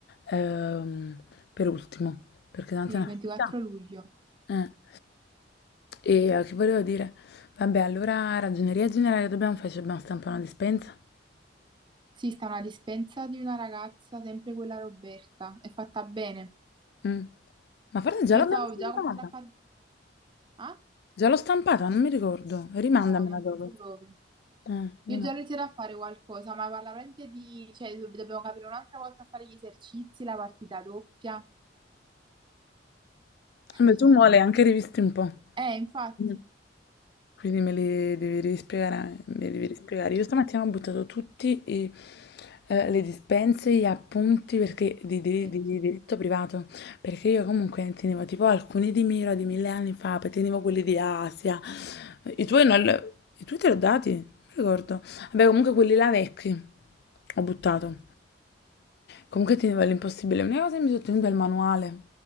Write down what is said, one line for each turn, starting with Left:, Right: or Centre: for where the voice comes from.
Left: ehm, per ultimo, perché tanto
Right: sì,
Left: è
Right: il
Left: una
Right: 24
Left: finta.
Right: luglio.
Left: Eh. E eh, che volevo dire? Vabbè, allora ragioneria generale dobbiamo fare, ci dobbiamo stampare una dispensa.
Right: Sì, sta una dispensa di una ragazza, sempre quella Roberta, è fatta bene.
Left: Mm. Ma forse già
Right: Io
Left: l'abbiamo
Right: stavo
Left: stampata.
Right: già cominciando a fare... Ah?
Left: Già l'ho stampata, non mi ricordo. Rimandamela
Right: No, non
Left: dopo.
Right: penso proprio.
Left: Eh, rimandamela.
Right: Io già ho iniziato a fare qualcosa, ma parla veramente di... Cioè, do- dobbiamo capire un'altra volta a fare gli esercizi, la partita doppia, capito?
Left: Beh, tu mo le hai anche rivisti un po',
Right: Eh, infatti,
Left: Mm. quindi me li devi rispiegare, me li devi
Right: sì,
Left: rispiegare. Io stamattina ho buttato tutti i, eh, le dispense, gli appunti perché, di, di-
Right: vecchi.
Left: di- di diritto privato, perché io comunque ne tenevo tipo alcuni di Mira di mille anni fa, poi tenevo quelli di Asia, i tuoi, non, li- i tuoi te li ho dati, non mi ricordo. Vabbè, comunque quelli là vecchi, ho buttato. Comunque tenevo l'impossibile, una cosa che mi sono tenuta è il manuale.